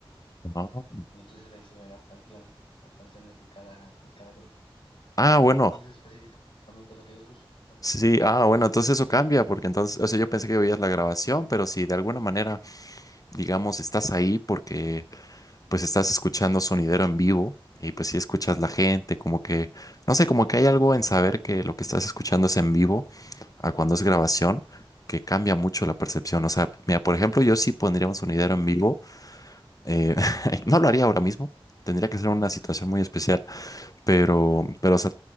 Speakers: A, on the left; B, on the left.
A: <laughs> No.
B: Y entonces ahí suben las canciones, las canciones de cada, de cada grupo.
A: Ah, bueno,
B: Y eso es específicamente lo que yo escucho. Ajá.
A: sí, ah, bueno, entonces eso cambia, porque entonces, o sea, yo pensé que oías la grabación, pero si de alguna manera, digamos, estás ahí porque pues estás escuchando sonidero en vivo y pues si escuchas la gente, como que, no sé, como que hay algo en saber que lo que estás escuchando es en vivo a cuando es grabación, que cambia mucho la percepción. O sea, mira, por ejemplo, yo sí pondría un sonidero en vivo, eh, <laughs> no lo haría ahora mismo, tendría que ser una situación muy especial, pero, pero, o sea,